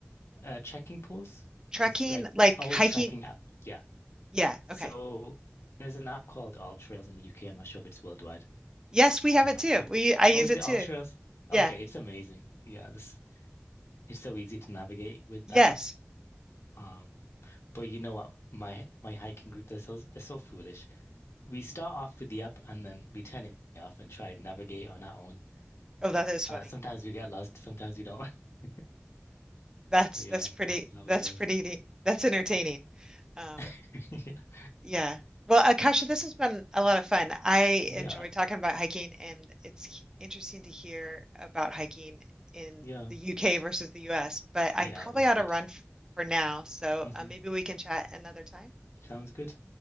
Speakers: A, on the left; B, on the right.
A: Uh, checking pools
B: Trekking,
A: is like,
B: like
A: oh,
B: hiking?
A: tracking app. Yeah.
B: Yeah,
A: So
B: okay.
A: there's an app called All Trails in the UK. I'm not sure if it's worldwide.
B: Yes, we have
A: Um,
B: it too.
A: but
B: We I use
A: oh, is
B: it
A: it
B: too.
A: All Trails?
B: Yeah.
A: Okay, it's amazing. Yeah, this it's so easy to navigate with
B: Yes.
A: that app. Um, but you know what? My my hiking group, they're so they're so foolish. We start off with the app and then we turn it off and try and navigate on our own.
B: Oh, that is funny.
A: Uh, sometimes we get lost, sometimes we don't. <laughs>
B: That's
A: But yeah,
B: that's pretty
A: that's how
B: that's
A: it goes.
B: pretty That's entertaining. Um,
A: <laughs>
B: yeah. Well, Akasha, this has been a lot of fun. I
A: Yeah.
B: enjoy talking about hiking, and it's interesting to hear about hiking in
A: Yeah.
B: the UK versus the US, but I
A: Yeah,
B: probably
A: it was
B: ought
A: good.
B: to run f for now, so
A: hmm
B: uh, maybe we can chat another time.
A: Sounds good.